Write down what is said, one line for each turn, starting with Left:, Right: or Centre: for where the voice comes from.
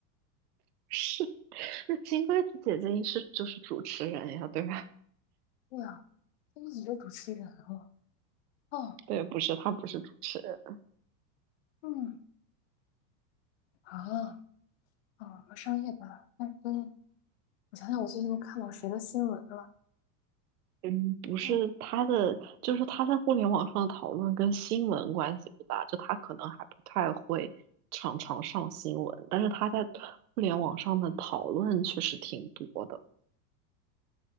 Right: 是，<laughs> 那金龟子姐姐是就是主持人呀，对吧？
Left: 对啊，金龟子是主持人了。哦，
Right: <laughs> 对，不是，她不是主持人。
Left: 嗯啊啊，上夜班，但是。我想想，我最近都看到谁的新闻了？
Right: 嗯，不是他的，
Left: 嗯
Right: 就是他在互联网上的讨论跟新闻关系不大，就他可能还不太会常常上新闻，但是他在互联网上的讨论确实挺多的。